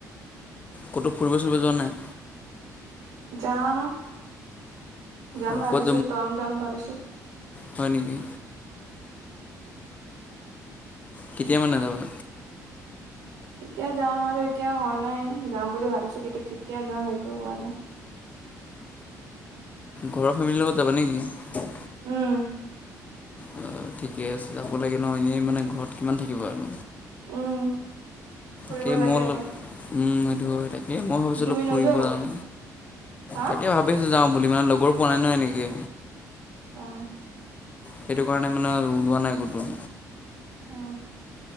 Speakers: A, on the left; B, on the right.
A: ক'তো ফুৰিব ফুৰিব যোৱা নাই?
B: যাম যাম
A: অঁ
B: ভাবিছো
A: ক'ত
B: টৱাং যাম ভাবিছো।
A: হয় নেকি? কেতিয়া মানে যাবা?
B: কেতিয়া যাম আৰু এতিয়া হোৱা নাই যাম বুলি ভাবিছো কিন্তু কেতিয়া যাম সেইটো হোৱা নাই।
A: ঘৰৰ ফেমিলিৰ লগত যাবা নেকি?
B: উম।
A: অ ঠিকে আছে যাব লাগে ন এনেই মানে ঘৰত কিমান থাকিব আৰু।
B: উম ফুৰিব
A: তাকে
B: লাগে
A: মই
B: অলপ।
A: সেইটো হয় তাকে মই ভাবিছোঁ
B: তুমি
A: অলপ
B: নোযোৱা
A: ফুৰিব
B: কতো
A: যাওঁ
B: হা
A: তাকে ভাবিছোঁ যাওঁ বুলি। লগৰো পোৱা নাই ন এনেকে।
B: অ।
A: সেইটো কাৰণে মানে ওলোৱা নাই ক'তো।
B: উম।